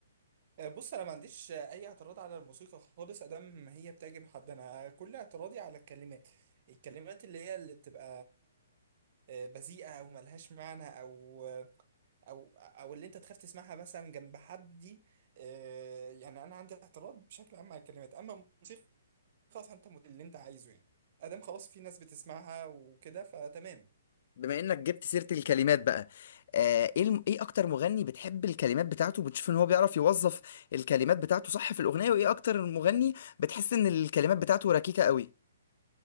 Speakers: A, on the right; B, on the left.
A: آه، بص انا ما عنديش آه، اي اعتراض على الموسيقى خالص ادام ما هي بتعجب حد انا كل اعتراضي على الكلمات الكلمات اللي هي اللي بتبقى آه، بذيئه او ملهاش معنى او او او اللي انت تخاف تسمعها مثلا جنب حد دي آه، يعني انا عندي اعتراض بشكل عام على الكلمات اما الموسيقى فانت مت- اللي انت عايزه يعني ادام خلاص في ناس بتسمعها وكده فتمام
B: بما انك جبت سيرة الكلمات بقى آه، ايه الم- ايه اكتر مغني بتحب الكلمات بتاعته بتشوف ان هو بيعرف يوظف الكلمات بتاعته صح في الاغنية وايه اكتر مغني بتحس ان الكلمات بتاعته ركيكة قوي